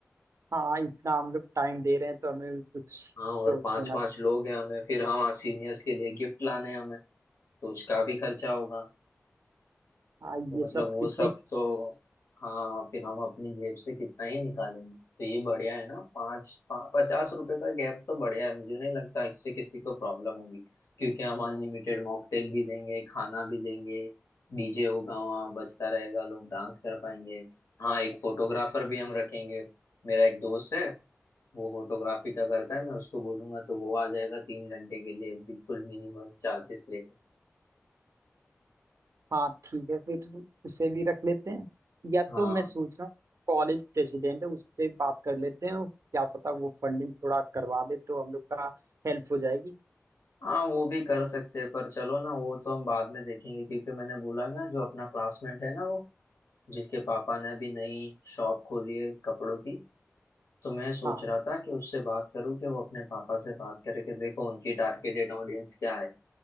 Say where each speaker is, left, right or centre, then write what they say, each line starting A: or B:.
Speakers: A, on the right (about 80°); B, on the left (about 75°).
A: हाँ, इतना हम लोग टाइम दे रहे हैं तो हमें भी कुछ
B: हाँ और
A: तो
B: पांच
A: होना
B: पांच लोग हैं हमें फिर हाँ सीनियर्स के लिए गिफ्ट लाने हैं हमें तो उसका भी खर्चा होगा
A: हाँ
B: तो
A: ये
B: मतलब
A: सब
B: वो
A: कितने
B: सब तो हाँ फिर हम अपनी जेब से कितना ही निकालेंगे तो ये बढ़िया है ना पाँच पा, पचास रुपए का गैप तो बढ़िया है मुझे नहीं लगता इससे किसी को प्रॉब्लम होगी क्योंकि हम अनलिमिटेड मॉकटेल भी देंगे खाना भी देंगे डीजे होगा वहाँ बजता रहेगा लोग डांस कर पाएंगे हाँ एक फोटोग्राफर भी हम रखेंगे मेरा एक दोस्त है वो फोटोग्राफी का करता है मैं उसको बोलूंगा तो वो आ जाएगा तीन घंटे के लिए बिल्कुल मिनिमम चार्जेस लेके
A: हाँ ठीक है फिर उसे भी रख लेते हैं या
B: हाँ
A: तो मैं सोच रहा हूँ कॉलेज प्रेसिडेंट है उससे बात कर लेते हैं और क्या पता वो फंडिंग थोड़ा करवा दे तो हम लोग का हेल्प हो जाएगी
B: हाँ वो भी कर सकते हैं पर चलो ना वो तो हम बाद में देखेंगे क्योंकि मैंने बोला ना जो अपना क्लासमेट है ना वो जिसके पापा ने अभी नई शॉप खोली है कपड़ों की तो मैं सोच
A: हाँ
B: रहा था कि उससे बात करूं कि वो अपने पापा से बात करे कि देखो उनकी टारगेटेड ऑडियंस क्या है